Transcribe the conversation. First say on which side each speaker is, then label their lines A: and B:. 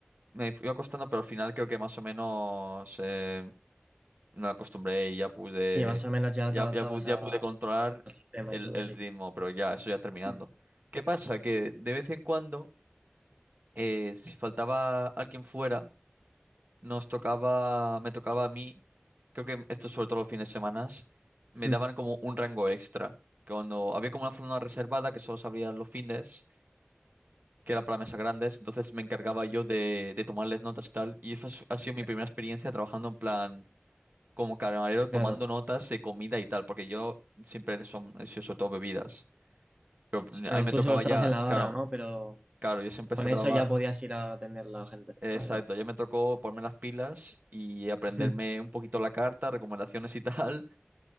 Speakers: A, on the right (about 45°); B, on the right (about 30°).
A: me fui acostando, pero al final creo que más o menos... eh, me acostumbré y ya pude,
B: Sí, más o menos ya
A: ya,
B: te adaptabas
A: ya pu- ya
B: a-
A: pude controlar
B: al sistema
A: el,
B: y todo,
A: el
B: sí.
A: ritmo, pero ya, eso ya terminando.
B: Mm.
A: ¿Qué pasa? Que de vez en cuando, eh, si faltaba alguien fuera, nos tocaba, me tocaba a mí, creo que esto sobre todo los fines de semana, me
B: <laughs>
A: daban como un rango extra. que Cuando había como una zona reservada que solo se abría los fines, que era para mesas grandes, entonces me encargaba yo de, de tomarles notas y tal, y eso es- ha sido
B: Mm.
A: mi primera experiencia trabajando en plan como camarero
B: Claro.
A: tomando notas de comida y tal, porque yo siempre son, he sido sobre todo bebidas. Pero
B: Es- Claro,
A: ahí me
B: tú
A: tocaba
B: solo estabas
A: ya,
B: en la barra,
A: claro,
B: ¿no? Pero
A: claro, yo siempre
B: con
A: estaba
B: eso
A: trabajar
B: ya podías ir a atender a la gente.
A: Exacto,
B: Vale, vale.
A: ya me tocó ponerme las pilas y aprenderme
B: <laughs> Mm.
A: un poquito la carta, recomendaciones y tal,